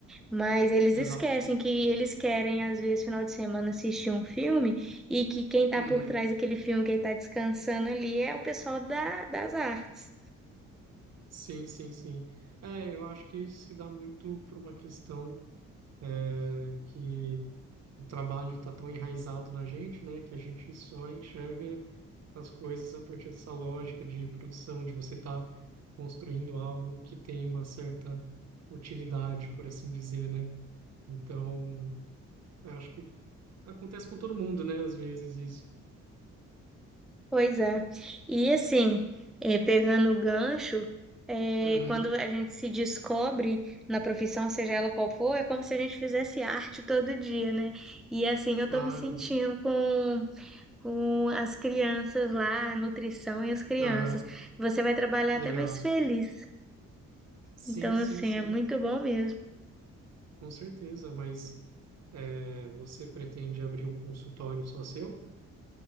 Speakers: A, in the centre; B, on the right.
A: Mas eles
B: exato.
A: esquecem que eles querem, às vezes, final de semana assistir um filme e que quem está
B: Uhum.
A: por trás daquele filme, quem está descansando ali, é o pessoal da, das artes.
B: Sim, sim, sim. É, eu acho que isso se dá muito por uma questão é, que o trabalho está tão enraizado na gente, né, que a gente só enxerga as coisas a partir dessa lógica de produção, de você estar construindo algo que tem uma certa utilidade, por assim dizer, né? Então, eu acho que acontece com todo mundo, né, às vezes isso.
A: Pois é. E assim, eh, pegando o gancho, eh,
B: Uhum,
A: quando a gente se descobre na profissão, seja ela qual for, é como se a gente fizesse arte todo dia, né? E assim eu
B: claro.
A: tô me sentindo com, com as crianças lá, a nutrição e as crianças.
B: Aham,
A: Você vai trabalhar
B: que
A: até
B: legal.
A: mais feliz.
B: Sim,
A: Então,
B: sim,
A: assim,
B: sim,
A: é muito bom mesmo.
B: com certeza, mas é, você pretende abrir um consultório só seu?